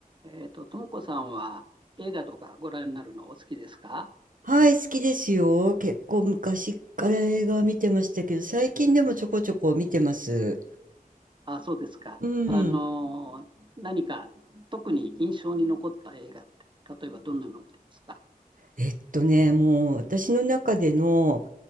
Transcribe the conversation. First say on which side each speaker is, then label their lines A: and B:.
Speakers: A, on the right; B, on the right.
A: えっと、ともこさんは映画とかご覧になるのお好きですか
B: はい、好きですよ。結構昔から映画は見てましたけど、最近でもちょこちょこ見てます。
A: あ、そうですか。
B: うん。
A: あのー何か特に印象に残った映画って、例えばどんなのがありますか
B: えっとね、もう私の中での、